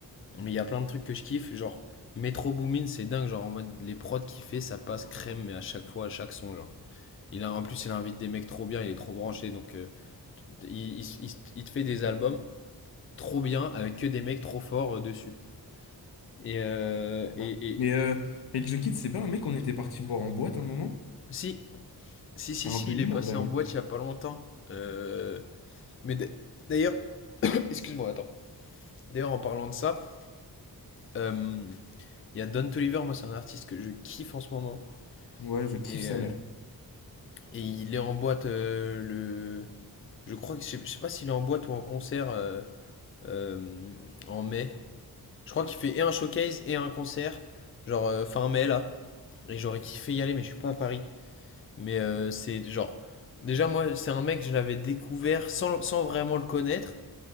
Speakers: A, on the left (about 35°); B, on the left (about 85°).
A: mais il y a plein de trucs que je kiffe, genre Metro Boomin, c'est dingue, genre en mode les prods qu'il fait, ça passe crème, mais à chaque fois, à chaque son, genre. Il a, en plus, il invite des mecs trop bien, il est trop branché, donc euh, il, il- il- il te fait des albums trop bien avec que des mecs trop forts euh, dessus. Et, euh,
B: Ouais.
A: et, et-
B: Mais euh, Rage the Kid, c'est pas un mec qu'on était parti voir en boîte à un moment?
A: si, si,
B: C'était
A: si,
B: un
A: si,
B: peu
A: il
B: nul
A: est passé
B: en vrai.
A: en
B: hein.
A: boîte il y a pas longtemps. Euh, mais d'a- d'ailleurs, <coughs> <clears throat> excuse-moi, attends. D'ailleurs, en parlant de ça, euh, il y a Don Toliver, moi, c'est un artiste que je kiffe en ce moment.
B: Ouais, je kiffe
A: Et,
B: sa
A: euh,
B: mère.
A: Et il est en boîte euh, le. Je crois que je sais, je sais pas s'il est en boîte ou en concert euh, euh, en mai. Je crois qu'il fait et un showcase et un concert, genre euh, fin mai là. Et j'aurais kiffé y aller, mais je suis pas à Paris. Mais euh, c'est genre. Déjà, moi, c'est un mec, que je l'avais découvert sans, sans vraiment le connaître.